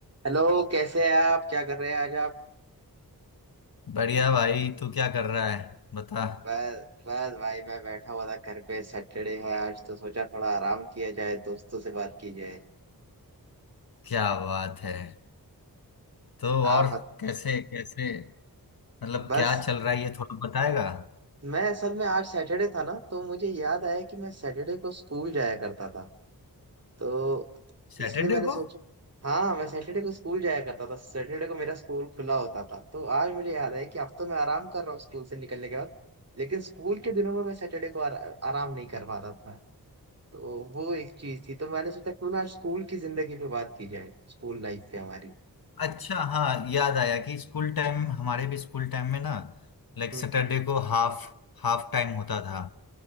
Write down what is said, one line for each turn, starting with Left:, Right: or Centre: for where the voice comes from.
Right: Hello कैसे हैं आप क्या कर रहे हैं आज आप
Left: बढ़िया भाई तू क्या कर रहा है बता
Right: बस बस भाई मैं बैठा हुआ था घर पे सैटरडे है आज तो सोचा थोड़ा आराम किया जाए दोस्तों से बात की जाए
Left: क्या बात है तो और
Right: आप बत-
Left: कैसे कैसे मतलब
Right: बस
Left: क्या चल रहा है ये थोड़ा बताएगा
Right: मैं असल में आज सैटरडे था ना तो मुझे याद आया कि मैं सैटरडे को स्कूल जाया करता था तो
Left: सैटरडे
Right: इसलिए मैंने सोचा
Left: को
Right: हाँ मैं सैटरडे को स्कूल जाया करता था सैटरडे को मेरा स्कूल खुला होता था तो आज मुझे याद आया कि अब तो मैं आराम कर रहा हूँ स्कूल से निकलने के बाद लेकिन स्कूल के दिनों में मैं सैटरडे को आरा, आराम नहीं कर पा रहा था तो वो एक चीज थी तो मैंने सोचा क्यों ना आज स्कूल की जिंदगी पे बात की जाए स्कूल लाइफ पे हमारी
Left: अच्छा हाँ याद आया कि स्कूल टाइम हमारे भी स्कूल टाइम में ना लाइक
Right: हम्म,
Left: सैटरडे को हाफ हाफ टाइम होता था